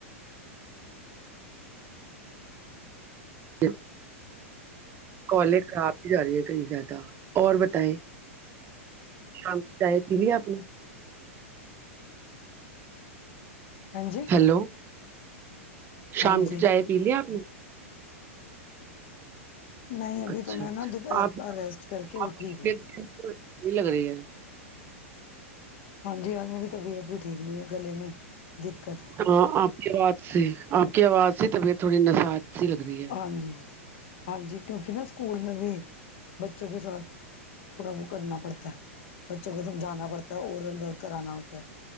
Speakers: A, on the right (about 30°); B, on the left (about 55°).
A: <inaudible> کالے خراب ہی جا رہی ہے کہئی زیادہ اور بتائیں شام چی کی لی آپ نے
B: ہاں جی
A: ہیلو شام
B: ہاں
A: کی
B: جی
A: چائے پی ل آپ نے
B: نہیں ابھی
A: اچھا
B: تو میں
A: اچھا
B: نا دوپہر
A: آپ
B: کا ریسٹ کر کے
A: آپھیتی
B: اٹھی تھی
A: لگ رہی ہے <unintelligible>
B: ہاں جی ہج میری طبیعت بھی ٹھیک نہیں ہے گلے میں دقت ہے
A: ہاں آپ کی آواز سے آپ کی آواز سے طبیعت تھوڑی نژاج سی لگ رہی ہے
B: ہاں جی ہاں جی کیونکہ نہا اسکول میں بھی بچوں کے ساتھ تھوڑا وہ کرنا پڑتا ہے بچوں کو سمجھانا پڑتا ہے اورل ورک کرانا ہوتا ہے